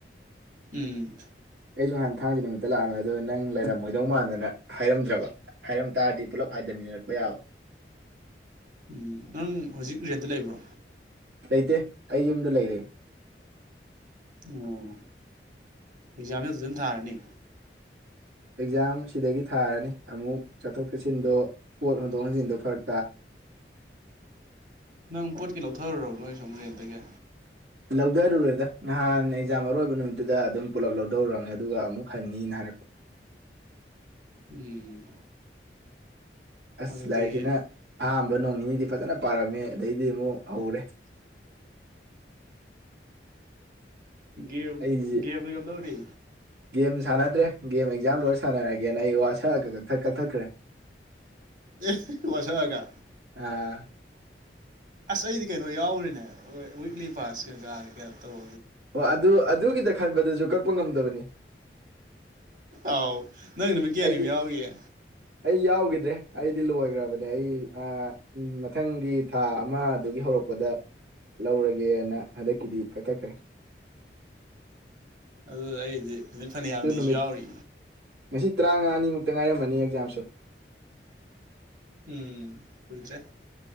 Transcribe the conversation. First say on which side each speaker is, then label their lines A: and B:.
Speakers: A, on the right; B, on the right.
A: ꯎꯝ
B: ꯑꯩꯖꯨ ꯅꯍꯥꯟ ꯊꯥꯡꯖ ꯅꯨꯃꯤꯠꯇ ꯂꯥꯛꯑꯝꯃꯦ ꯑꯗꯨꯒ ꯅꯪ ꯂꯩꯔꯝꯃꯣꯏꯗꯧ ꯃꯥꯟꯗꯅ ꯍꯥꯏꯔꯝꯗ꯭ꯔꯕ ꯍꯥꯏꯔꯝ ꯇꯥꯔꯗꯤ ꯄꯨꯂꯞ ꯍꯥꯏꯊꯃꯤꯟꯅꯔꯛꯄ ꯌꯥꯕ
A: ꯎꯝ ꯅꯪ ꯍꯧꯖꯤꯛ ꯔꯦꯟꯇ ꯂꯩꯕ꯭ꯔꯣ
B: ꯂꯩꯇꯦ ꯑꯩ ꯌꯨꯝꯗ ꯂꯩꯔꯦ
A: ꯑꯣ ꯑꯦꯛꯖꯥꯝꯗꯤ ꯑꯗꯨꯗ ꯑꯗꯨꯝ ꯊꯥꯔꯅꯤ
B: ꯑꯦꯛꯖꯥꯝ ꯁꯤꯗꯒꯤ ꯊꯥꯔꯅꯤ ꯑꯃꯨꯛ ꯆꯠꯊꯣꯛ ꯆꯠꯁꯤꯟꯗꯣ ꯄꯣꯠ ꯍꯣꯟꯗꯣꯛ ꯍꯣꯟꯖꯤꯟꯗꯣ ꯐꯥꯔꯛ
A: ꯅꯪ ꯄꯣꯠ ꯀꯩ ꯂꯧꯊꯔꯨꯔꯕ ꯅꯣꯏ <unintelligible> ꯔꯦꯟꯇꯒꯤ
B: ꯂꯧꯗꯔꯨꯔꯦꯗ ꯉꯍꯥꯟ ꯏꯖꯥꯝ ꯑꯔꯣꯏꯕ ꯅꯨꯃꯤꯠꯇꯨꯗ ꯑꯗꯨꯝ ꯄꯨꯂꯞ ꯂꯧ ꯂꯧꯔꯝꯅꯤ ꯑꯗꯨꯒ ꯑꯃꯨꯛ ꯍꯟꯅꯤꯅ ꯍꯥꯏꯔꯛꯄ
A: ꯎꯝ
B: ꯑꯁ
A: ꯑꯗꯨꯗꯤ
B: ꯂꯥꯏꯔꯤꯛꯁꯤꯅ ꯑꯍꯥꯟꯕ ꯅꯣꯡ ꯅꯤꯅꯤꯗꯤ ꯐꯖꯅ ꯄꯥꯔꯝꯃꯦ ꯑꯗꯩꯗꯤ ꯑꯃꯨꯛ ꯍꯧꯔꯦ
A: ꯒꯦꯝ
B: ꯑꯩꯁꯤ
A: ꯒꯦꯝꯗꯤ ꯀꯝꯗꯧꯔꯤ
B: ꯒꯦꯝ ꯁꯥꯟꯅꯗ꯭ꯔꯦ ꯒꯦꯝ ꯑꯦꯛꯖꯥꯝ ꯂꯣꯏꯔ ꯁꯥꯟꯅꯔꯒꯦꯅ ꯑꯩ ꯋꯥꯁꯛꯑꯒ ꯀꯛ ꯀꯛꯊꯠꯈ꯭ꯔꯦ
A: ꯑꯦ ꯋꯥꯁꯛꯑꯒ
B: ꯑꯥ
A: ꯑꯁ ꯑꯩꯗꯤ ꯀꯩꯅꯣ ꯌꯥꯎꯒꯔꯤꯅꯦ ꯋꯤꯛꯂꯤ ꯄꯥꯁ ꯀꯩꯀꯥ ꯀꯩ ꯀ ꯇꯧ
B: ꯑꯗꯨ ꯑꯗꯨꯒꯤꯗ ꯈꯟꯕꯗꯖꯨ ꯀꯛꯄ ꯉꯝꯗꯕꯅꯤ
A: ꯑꯧ ꯅꯪ ꯅꯨꯃꯤꯠ ꯀꯌꯥꯅꯤꯃꯨꯛ
B: ꯑꯩꯗꯤ
A: ꯌꯥꯎꯔꯤꯌꯦ
B: ꯑꯩ ꯌꯥꯎꯒꯤꯗ꯭ꯔꯦ ꯑꯩꯗꯤ ꯂꯣꯏꯒꯔꯕꯅꯦ ꯑꯩ ꯑꯥ ꯎꯝ ꯃꯊꯪꯒꯤ ꯊꯥ ꯑꯃꯗꯨꯒꯤ ꯍꯧꯔꯛꯄꯗ ꯂꯧꯔꯒꯦꯅ ꯍꯟꯗꯛꯀꯤꯗꯤ ꯀꯛꯊꯈ꯭ꯔꯦ
A: ꯑꯗꯨ ꯑꯩꯗꯤ ꯅꯨꯃꯤꯠ ꯐꯅꯌꯥꯝꯅꯤꯁꯨ
B: ꯅꯨꯃꯤꯠ
A: ꯌꯥꯎꯔꯤ
B: ꯉꯁꯤ ꯇꯔꯥꯉꯥꯅꯤꯃꯨꯛꯇ ꯉꯥꯏꯔꯝꯕꯅꯤ ꯑꯦꯛꯖꯥꯝꯁꯨ
A: ꯎꯝ ꯀꯨꯏꯗ꯭ꯔꯦ